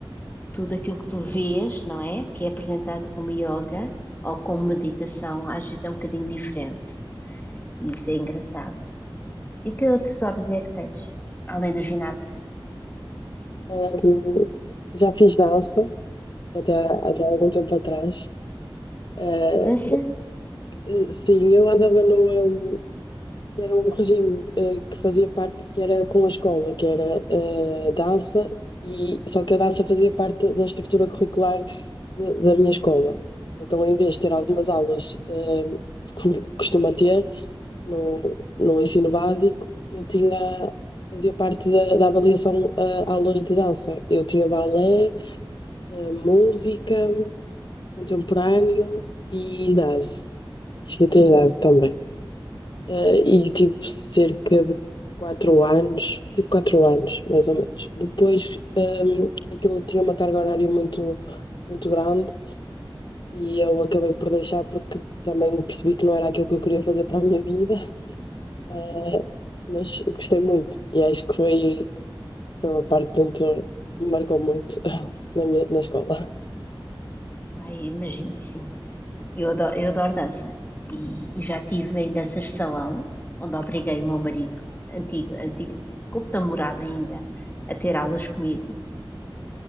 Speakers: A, on the left; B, on the left.
A: tudo aquilo que tu vês, não é? Que é apresentado como yoga ou como meditação, às vezes é um bocadinho diferente. E isso é engraçado. E que outros hobbies é que tens? Além do ginásio?
B: Hum, já fiz dança até, até algum tempo atrás. Eh,
A: Dança?
B: eh, sim, eu andava no. hum, era um regime eh, que fazia parte, que era com a escola, que era eh, dança, e, só que a dança fazia parte da estrutura curricular de- da minha escola. Então, em vez de ter algumas aulas eh, que co- costuma ter no, no ensino básico, eu tinha, fazia parte da, da avaliação eh, aulas de dança. Eu tinha balé. eh, música, contemporâneo e jazz. Cheguei a ter jazz também. Eh, e tipo cerca de quatro anos, tipo quatro anos, mais ou menos. Depois ehm, aquilo tinha uma carga horária muito, muito grande e eu acabei por deixar porque também percebi que não era aquilo que eu queria fazer para a minha vida. Eh, mas gostei muito e acho que foi, foi uma parte muito, que me marcou muito <laughs> na minha, na escola.
A: Ai, imagino que sim. Eu adoro, eu adoro dança. E, e já estive em danças de salão, onde obriguei o meu marido, antigo, antigo, como namorado ainda, a ter aulas comigo.